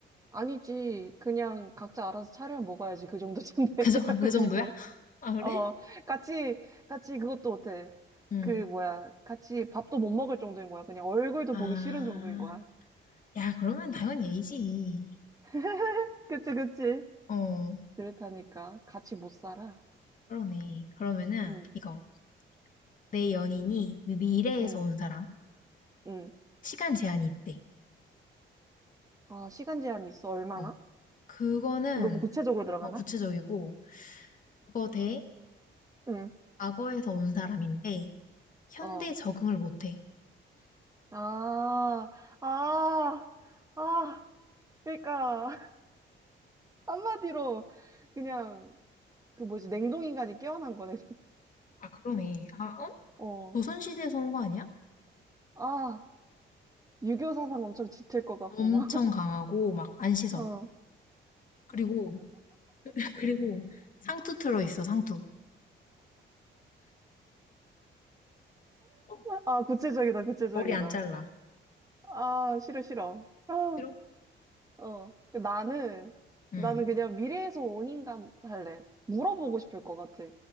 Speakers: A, on the right (about 15°); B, on the left (about 40°).
A: 아니지. 그냥 각자 알아서 차려 먹어야지. 그 정도쯤 <laughs>
B: 그,
A: 되면
B: 정- 아, 그 정도야?
A: 이제.
B: 아, 그래?
A: 어, 같이, 같이 그것도 어때?
B: 응.
A: 그, 뭐야. 같이 밥도 못 먹을 정도인 거야. 그냥 얼굴도
B: 아.
A: 보기 싫은 정도인 거야.
B: 야, 그러면 당연히 A지.
A: <laughs> 그치, 그치.
B: 어,
A: 그렇다니까. 같이 못 살아.
B: 그러네. 그러면은
A: 응,
B: 이거 내 연인이 미- 미래에서
A: 응,
B: 온 사람
A: 응.
B: 시간 제한이 있대.
A: 어, 시간 제한이 있어. 얼마나?
B: 어, 그거는
A: 너무 구체적으로 들어가나?
B: 어, 구체적이고 그거 대
A: 응,
B: 과거에서 온 사람인데 현대
A: 어.
B: 적응을 못해.
A: 아, 아, 아. 그러니까. <laughs> 한마디로 그냥 그 뭐지, 냉동인간이 깨어난 거네. <laughs>
B: 아, 그러네. 아, 어?
A: 어.
B: 조선시대에서 온 거 아니야?
A: 아, 유교 사상 엄청 짙을 것 같고,
B: 엄청
A: 막.
B: 강하고 막 안 씻어.
A: <laughs> 어.
B: 그리고 <laughs> 그리고 상투 틀어 있어. 상투. 어,
A: 아, 구체적이다, 구체적이다.
B: 머리 안 잘라.
A: 아, 싫어, 싫어. 아,
B: 싫어?
A: 어. 그 나는,
B: 응,
A: 나는 그냥 미래에서 온 인간 할래. 물어보고 싶을 것 같아.